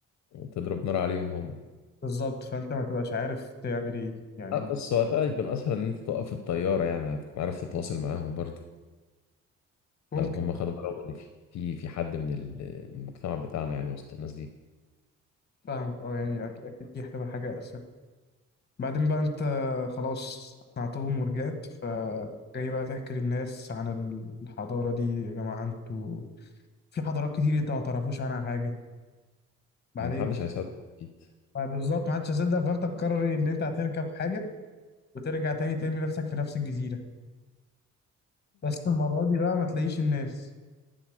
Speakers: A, on the left (about 65°); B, on the left (about 35°).
A: وتضرب نار عليهم هم
B: بالظبط فانت ما تبقاش عارف تعمل ايه يعني
A: أه بس وقتها يكون أسهل إن أنت توقف الطيارة يعني هتكون عارف تتواصل معاهم برضه
B: ممكن
A: لو هم خدوا بالهم ان في في حد من ال- من المجتمع بتاعنا يعني وسط الناس دي
B: فاهمك اه يعني أك- اكيد دي هتبقى حاجة بعدين بقى انت خلاص اقنعتهم ورجعت فجاي بقى تحكي للناس عن ال- الحضارة دي يا جماعة انتوا في حضارات كتير انت ما تعرفوش عنها حاجة بعدين
A: محدش هيصدق اكيد
B: بقى بالظبط ما حدش هيصدق فانت تقرر ان انت هتركب حاجة وترجع تاني ترمي نفسك في نفس الجزيرة بس المرة دي بقى ما تلاقيش الناس